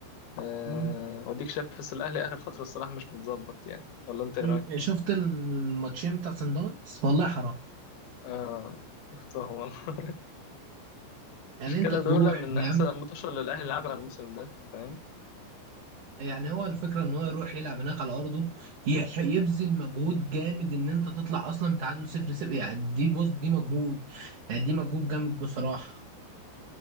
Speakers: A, on the left; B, on the right.
A: أه
B: مم.
A: وديك شايف بس الاهلي اخر فترة الصراحة مش متظبط يعني ولا انت ايه
B: مم.
A: رايك
B: شفت الماتشين بتاع سان داونز والله حرام
A: اه شفتهم والله <laughs>
B: يعني
A: المشكلة
B: انت تروح
A: دول من
B: يا
A: احسن
B: عم
A: الماتشات اللي الاهلي لعبها الموسم ده فاهم
B: يعني هو الفكره ان هو يروح يلعب هناك على ارضه يح- يبذل مجهود جامد ان انت تطلع اصلا بتعادل صفر صفر يعني دي بص دي مجهود يعني دي مجهود جامد بصراحه
A: مم.